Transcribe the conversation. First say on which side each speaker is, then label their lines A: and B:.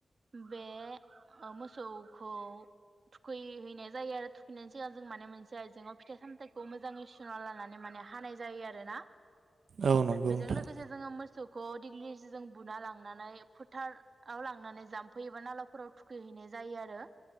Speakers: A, on the right (about 50°); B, on the right (about 75°).
A: बे ओ मोसौखौ थुखैहैनाय जायो। आरो थुखैनाय जाया जों माने मोनसे आयजेङाव फिथाइ -सामथाइखौ मोजाङै सुना लानानै माने हानाय जायो आरो ना।
B: औ नंगौ
A: बेजों
B: नोंथां
A: लोगोसे जोङो मोसौ खौ दिग्लि जों बुना लांनानै फोथार आव लांनानै जाम्फै एबा नालाफोराव थुखैहैनाय जायो आरो